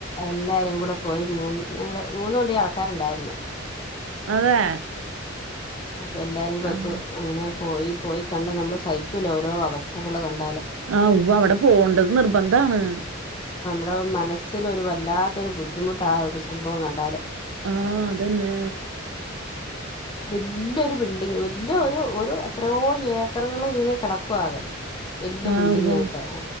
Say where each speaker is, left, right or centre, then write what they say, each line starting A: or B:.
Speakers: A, on the left; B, on the right.
A: എല്ലാരും കൂടെ പോയി മൂന്ന് ഞങ്ങള്ൾ മൂന്ന് വണ്ടി ആ ൾ ക്കാരുണ്ടായിരുന്നു
B: അതെ
A: അപ്പൊ എല്ലാരും കൂടി
B: ആഹ്
A: ഒത്തു അങ്ങനെ പോയി പോയി കണ്ട് നമ്മള് സഹിക്കൂല ഓരോ അവസ്ഥകൾ കണ്ട്
B: ആഹ ഉവ്വ അവിടെ പോകേണ്ടത് നിർബന്ധാണ്
A: മനസ് മനസ്സൽ ഒരു വല്ലാത്തൊരു ബുദ്ധിമുട്ട് ആ ഒരു സംഭവം കണ്ടാാലേ
B: ആഹ അതന്നെ
A: വല്യൊ ഒരു ബിൽഡിങ് വല്യ ഒരു ഒരു എത്രയോ ഏക്കറുകൾ ഇങ്ങനെ കിടക്കും അത് വല്യ
B: ആഹ്
A: ബിൽഡിംഗ
B: ഉവ്വ
A: ആയിട്ട്
B: ഉവ്വ.